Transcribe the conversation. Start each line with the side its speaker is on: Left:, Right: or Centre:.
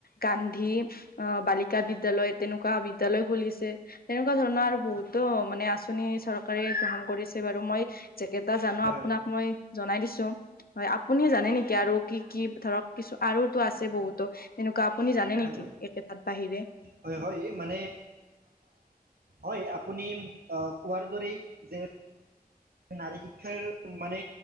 Left: গান্ধী অ বালিকা বিদ্যালয় তেনেকুৱা বিদ্যালয় খুলিছে তেনেকুৱা। এনেকুৱা ধৰণৰ আৰু
Right: হয়
Left: বহুতো মানে আঁচনি চৰকাৰে গ্ৰহণ কৰিছে বাৰু মই। জেইকেইটা জানো
Right: হয়
Left: আপোনাক মই জনাই দিছোঁ, হয় আপুনিে জানে নেকি আৰু কি কি। ধৰক কিছু আৰু তো আছে বহুতো তেনেকুৱা। আপুনি জানে নেকি
Right: হয় হয়,
Left: একেটাত বাহিৰে
Right: হয় হয় মানে। হয়, আপুনি কোৱাৰ দৰেই যে। নাৰী শিক্ষাৰ মানে